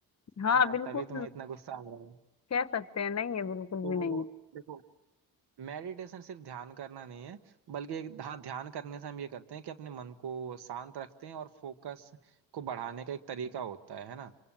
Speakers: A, on the left (about 40°); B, on the right (about 75°).
A: हाँ
B: है ना
A: बिल्कुल
B: तभी तुम्हें इतना गुस्सा आ रहा है
A: कह सकते हैं नहीं है बिल्कुल
B: तो
A: भी नहीं है
B: देखो मेडिटेशन सिर्फ ध्यान करना नहीं है बल्कि एक हाँ ध्यान करने से हम ये करते हैं कि अपने मन को शांत रखते हैं और फोकस को बढ़ाने का एक तरीका होता है है ना